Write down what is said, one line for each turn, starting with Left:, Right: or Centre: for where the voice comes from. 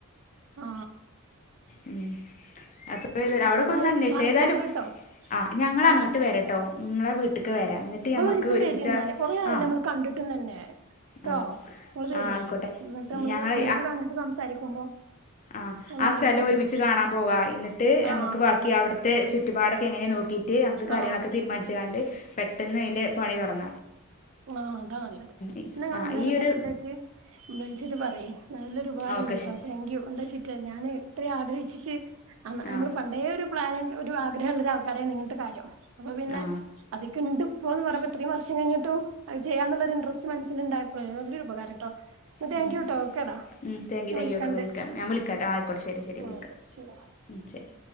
Right: ആ
Left: ഉ അപ്പ
Right: അപ്പൊ
Left: അവിടെക്ക
Right: എന്നാല്
Left: ഒന്ന് അന്വേഷ
Right: മറക്കരുത്
Left: ഏതായാലും
Right: ട്ടോ
Left: ആ് ഞങ്ങ
Right: ആഹ്
Left: അങ്ങോട്ട് വരട്ടോ നിങ്ങളെ വീട്ടക്ക് വരാ എന്നിട്ട്
Right: ഇങ്ങള്
Left: ഞമ്മക്ക്
Right: ഒരീസം
Left: ഒരുമിച്ചാ
Right: വരി ഇന്നാല് കൊറേ ആയല്ലോ
Left: ആ
Right: നമ്മള് കണ്ടിട്ടും തന്നെ ട്ടോ
Left: ആ
Right: ഇങ്ങള് വരോണ്ടി
Left: ആ ആയിക്കോട്ടെ
Right: എന്നിട്ട് നമ്മള്
Left: ഞങ്ങ
Right: നേരില് കണ്ടിട്ട് സംസാരിക്കുമ്പോ
Left: ആ ആ
Right: നല്ലൊരിതാണ്
Left: സ്ഥലം ഒരുമിച്ച് കാണാൻ പോക എന്നിട്ട് ട്ട്
Right: ആഹ്
Left: നമുക്ക് ബാക്കി അവിടുത്തെ ചുറ്റു പാടോ ക്കെങ്ങനെ നോ ക്കിട്ട് നമുക്ക് കാര്യങ്ങളൊക്കെ
Right: ആഹ്
Left: തീരുമാനിച്ച്ങ്ങാണ്ട് പെട്ടെന്ന് അയിന്റെ പണി തൊടങ്ങും.
Right: ആ അതാ നല്ലത്
Left: ഈ-
Right: ഇന്നാ ഇങ്ങള്
Left: ആ
Right: എന്തായാലും
Left: ഈ ഒരു
Right: കറക്റ്റ് ആയിട്ട് വെ ച്ചിറ്റ് പറയ്, നല്ലൊരു ഉപകാരം
Left: ഓക്കെ
Right: ഇണ്ട്
Left: ശരി
Right: ട്ടോ താങ്ക്യു എന്താച്ചിറ്റ് ഞാന് ഇത്രയും ആ ആഗ്രഹിച്ചിട്ട് അന്ന്
Left: ആ
Right: നമ്മള് പണ്ടേ ഒരു പ്ലാന് ഒരു ആഗ്രഹംള്ള ഒരു ആൾക്കാരെന്നിങ്ങന്ത്തെ കാര്യോ അപ്പൊ പിന്നെ
Left: ആ
Right: അതിക്ക്ണ്ട് പോന്ന് പറെമ്പം ഇത്രേം വർഷംകയിഞ്ഞിട്ടും അത് ചെയ്യന്നുള്ള ഒരു ഇൻറസ്റ്റ് മനസില്ണ്ടായ പ്ലെ വലിയൊരു ഉപകാരംട്ടോ ന്നാ താങ്ക്
Left: ഉം
Right: യു ട്ടോ ഓക്കെടാ
Left: ഉം താങ്ക് യൂ
Right: ഞാൻ
Left: താങ്ക്
Right: വിളിക്കണ്ട്
Left: യൂ ഓക്കെ <unintelligible> വിളിക്കാം ഞാൻ വിളിക്കാംട്ടെ ആയിക്കോട്ടെ ശരി ശരി വിളിക്കാം
Right: ഓക്കെ ശരി
Left: ശരി